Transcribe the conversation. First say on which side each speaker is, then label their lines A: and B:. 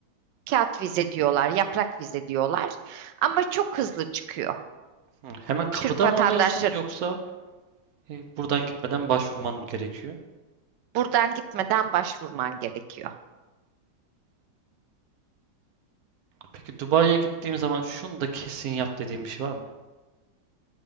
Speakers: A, on the right; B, on the right.
A: Kağıt vize diyorlar, yaprak vize diyorlar ama çok hızlı çıkıyor.
B: Hı, Hemen kapıda
A: Türk vatandaşları
B: mı alıyorsun yoksa e, buradan gitmeden başvurman mı gerekiyor?
A: buradan gitmeden başvurman gerekiyor.
B: Peki Dubai'ye gittiğim zaman şunu da kesin yap dediğim bir şey var mı?